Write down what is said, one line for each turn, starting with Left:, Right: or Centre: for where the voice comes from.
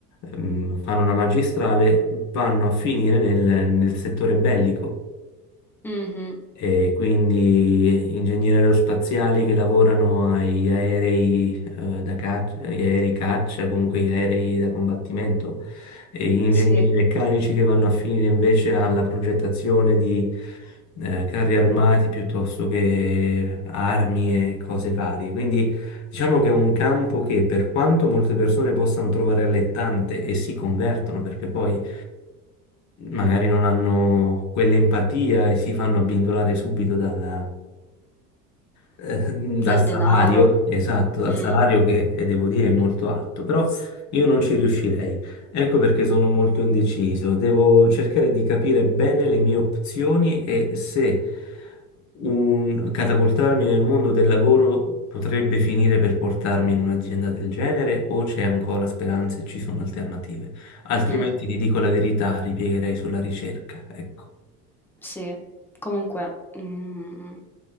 Left: ehm, fanno una magistrale, vanno a finire nel nel settore bellico
Centre: Mhm,
Left: e quindi ingegneri aerospaziali che lavorano agli aerei, eh, da caccia, agli aerei caccia, comunque agli aerei da combattimento, e ingegneri
Centre: Sì.
Left: meccanici che vanno a finire invece alla progettazione di eh, carri armati piuttosto che armi e cose varie. Quindi diciamo che è un campo che per quanto molte persone possano trovare allettante e si convertono, perché poi magari non hanno quell'empatia e si fanno abbindolare subito dalla- eh,
Centre: Del
Left: dal salario,
Centre: denaro.
Left: esatto, dal
Centre: Mm,
Left: salario che eh, devo dire è molto alto, però io non ci riuscirei. Ecco perché sono molto indeciso. Devo cercare di capire bene le mie opzioni e se un- catapultarmi nel mondo del lavoro potrebbe finire per portarmi in un'azienda del genere o c'è ancora speranza e ci sono alternative. Altrimenti,
Centre: mm.
Left: ti dico la verità, ripiegherei sulla ricerca. Ecco,
Centre: Sì, comunque, mm,